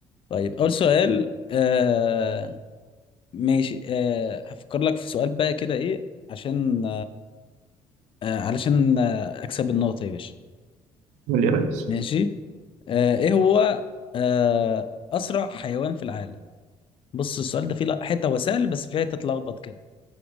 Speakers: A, on the left (about 45°); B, on the right (about 85°).
A: طيب أول سؤال آه ماشي آه هفكر لك في سؤال بقى كده إيه عشان آه علشان آه أكسب النقطة يا باشا
B: قول يا ريس
A: ماشي آه إيه هو آه أسرع حيوان في العالم بص السؤال ده فيه لا- حتة هو سهل بس فيه حتة تلخبط كده